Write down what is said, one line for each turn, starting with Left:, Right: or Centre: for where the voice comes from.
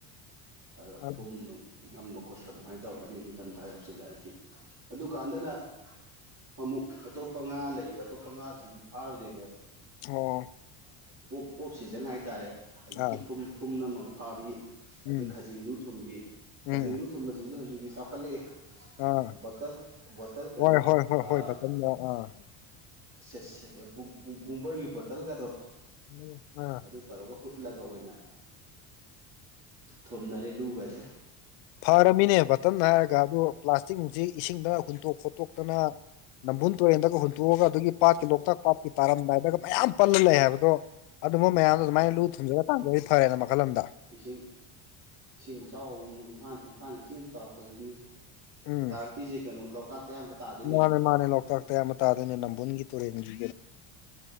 Right: ꯑꯗꯣ
Left: ꯑꯣ
Right: ꯐꯨꯝ ꯅꯨꯡ ꯅꯝꯕ ꯈꯣꯠꯄ ꯑꯗꯨꯃꯥꯏꯟ ꯇꯧꯔ ꯅꯤꯡꯊꯝ ꯊꯥ ꯌꯧ ꯁꯤꯜꯂꯛꯑꯗꯤ ꯑꯗꯨꯀꯥꯟꯗꯅ ꯑꯃꯨꯛ ꯑꯇꯣꯞꯄ ꯉꯥ ꯂꯩ ꯕ ꯑꯇꯣꯞꯄ ꯉꯥꯁꯤꯡꯑꯨ ꯐꯥꯔꯨꯗꯣꯏꯅꯦꯕ
Left: ꯑꯣ
Right: ꯑ‌ꯣꯞ ꯑ‌ꯣꯞ ꯁꯤꯖꯟ ꯍꯥꯏꯇꯥꯔꯦ ꯍꯧꯖꯤꯛꯀꯤ
Left: ꯑꯥ
Right: ꯐꯨꯝ ꯐꯨꯝ ꯃꯝꯃꯒ ꯐꯥꯕꯤ ꯑꯗꯩ
Left: ꯎꯝ
Right: ꯈꯖꯤꯡ ꯂꯨ ꯊꯨꯝꯕꯤ
Left: ꯎꯝ
Right: ꯈꯖꯤꯡ ꯂꯨ ꯊꯨꯝꯕꯁꯤꯁꯨ ꯍꯧꯖꯤꯛꯗꯤ ꯆꯥꯎꯈꯠꯂꯦ
Left: ꯑꯥ
Right: ꯕꯣꯇꯜ ꯕꯣꯇꯜ ꯀꯩꯅꯣ
Left: ꯍꯣꯏ ꯍꯣꯏ ꯍꯣꯏ
Right: ꯑꯥ
Left: ꯍꯣꯏ ꯕꯇꯟꯗ ꯑꯥ
Right: ꯁꯦ ꯀꯨꯝ ꯀꯨꯡꯒ‌ꯣꯏꯒꯤ ꯕꯣꯇꯜꯒꯗꯣ
Left: ꯎꯝ ꯑꯥ
Right: ꯑꯗꯨ ꯇꯧꯔꯒ ꯍꯨꯠꯂꯒ ꯑꯣꯏꯅ ꯊꯨꯝꯅꯔꯦ ꯂꯨꯒꯖꯦ
Left: ꯐꯔꯃꯤꯅꯦ ꯕꯇꯝꯅ ꯍꯥꯏꯔꯒ ꯑꯗꯣ ꯄ꯭ꯂꯥꯁꯇꯤꯛ ꯅꯨꯡꯆꯤ ꯏꯁꯤꯡꯗ ꯍꯨꯟꯇꯣꯛ ꯈꯣꯠꯇꯣꯛꯇꯅ ꯅꯝꯕꯨꯟ ꯇꯨꯔꯦꯟꯗꯒ ꯍꯨꯟꯇꯣꯛꯑꯒ ꯑꯗꯨꯒꯤ ꯄꯥꯠꯀꯤ ꯂꯣꯛꯇꯥꯛ ꯄꯥꯠꯀꯤ ꯇꯥꯔꯝꯗꯥꯏꯗꯒ ꯃꯌꯥꯝ ꯄꯜꯂ ꯂꯩ ꯍꯥꯏꯕꯗꯣ ꯑꯗꯨꯃ ꯃꯌꯥꯝꯗꯣ ꯑꯗꯨꯃꯥꯏꯅ ꯂꯨ ꯊꯨꯝꯖꯂꯀꯥꯟꯗ ꯐꯔꯦꯅ ꯃꯈꯜ ꯑꯝꯗ
Right: ꯏꯁꯤꯡ ꯏꯁꯤꯡ ꯏꯆꯥꯎ ꯑꯃꯨꯛ ꯑꯃꯨꯛ ꯏꯝꯐꯥꯜ ꯏꯝꯐꯥꯜ ꯏꯁꯤꯡ ꯆꯥꯎꯔꯛꯄꯁꯤꯅꯤꯁꯦ
Left: ꯎꯝ
Right: ꯇꯥꯔꯛꯇꯨꯖ‌ꯦ ꯀꯩꯅꯣ ꯂꯣꯛꯇꯥꯛ ꯇ ꯑꯌꯥꯝꯕ ꯇꯥꯗꯣꯏꯅꯦꯕ
Left: ꯃꯥꯅꯦ ꯃꯥꯅꯦ ꯂꯣꯛꯇꯥꯛꯇꯌꯥꯝꯕ ꯇꯥꯗꯣꯏꯅꯦ ꯅꯝꯕꯨꯜꯒꯤ ꯇꯨꯔꯦꯟꯒꯤ